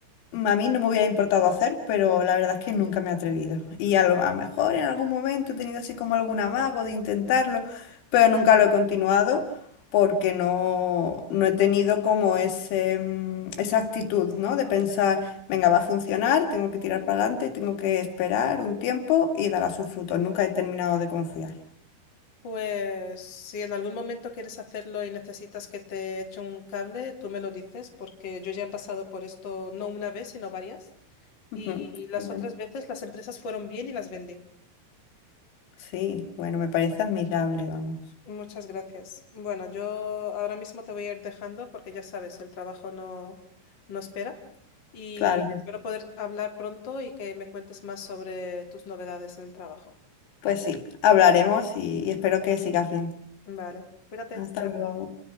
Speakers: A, on the left; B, on the left.
A: A mí no me hubiera importado hacer, pero la verdad es que nunca me he atrevido. Y a lo, a lo mejor en algún momento he tenido así como algún amago de intentarlo, pero nunca lo he continuado porque no, no he tenido como ese, mm, esa actitud, ¿no? De pensar, venga, va a funcionar, tengo que tirar para adelante, tengo que esperar un tiempo y dará sus frutos. Nunca he terminado de confiar.
B: Pues si en algún momento quieres hacerlo y necesitas que te eche un cable, tú me lo dices porque yo ya he pasado por esto no una vez, sino varias.
A: Ujú.
B: Y las
A: Qué bueno.
B: otras veces las empresas fueron bien y las vendí.
A: Sí, bueno, me parece admirable, vamos.
B: Muchas gracias. Bueno, yo ahora mismo te voy a ir dejando porque ya sabes, el trabajo no, no espera y
A: Claro que
B: espero
A: sí.
B: poder hablar pronto y que me cuentes más sobre tus novedades en el trabajo.
A: Pues sí, hablaremos y y espero que sigas bien.
B: Vale, cuídate.
A: Hasta luego.